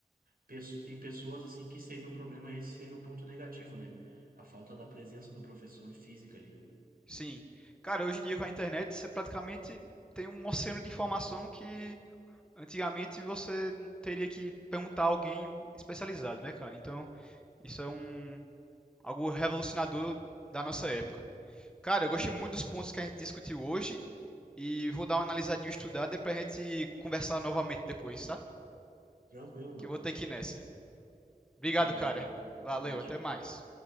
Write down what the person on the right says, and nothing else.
pesso- tem pessoas assim que seria um problema, esse seria o ponto negativo, né? A falta da presença do professor física ali.
Tranquilo, mano.
Valeu,
cara. Até mais
Tarde.